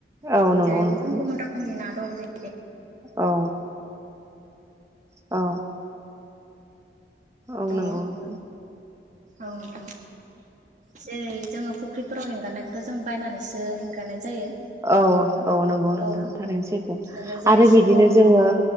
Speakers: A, on the right; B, on the right.
A: औ नंगौ
B: जेरै
A: नोंथां
B: गुबुन गुबन रोखोमनि ना। <unintelligible>
A: औ। औ। औ
B: दङ
A: नंगौ नोंथां।
B: औ नोंथां जेरै जोङो फुख्रिफोराव हेंगारनायखौ जों बायनानैसो हेंगारनाय। जायो
A: औ औ नंगौ नोंथां
B: औ
A: थारैनो सैथो
B: नंगौ जेरै
A: आरो बिदिनो
B: सितल
A: जोङो
B: ना दङ